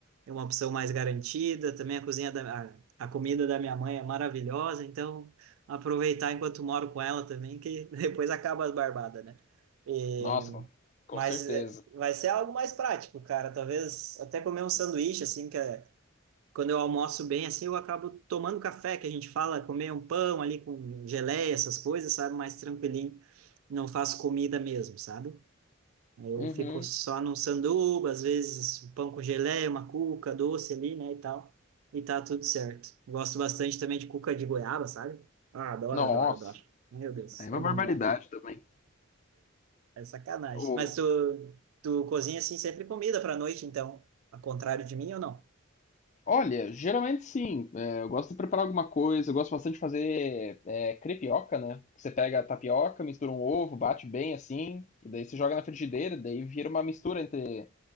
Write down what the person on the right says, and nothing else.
é uma opção mais garantida. Também a cozinha da, a, a comida da minha mãe é maravilhosa, então aproveitar enquanto moro com ela também, que <laughs> depois acaba as barbadas, né? E,
mas
é, vai ser algo mais prático, cara. Talvez até comer um sanduíche, assim, que é, quando eu almoço bem, assim, eu acabo tomando café, que a gente fala, comer um pão ali com geleia, essas coisas, sabe? Mais tranquilinho. Não faço comida mesmo, sabe? Aí eu
fico só num sanduba, às vezes um pão com geleia, uma cuca doce ali, né, e tal. E tá tudo certo. Gosto bastante também de cuca de goiaba, sabe? Ah, adoro,
adoro, adoro. Meu Deus,
é
bom demais.
É sacanagem.
Mas tu, tu cozinha assim sempre comida pra noite, então, ao contrário de mim ou não?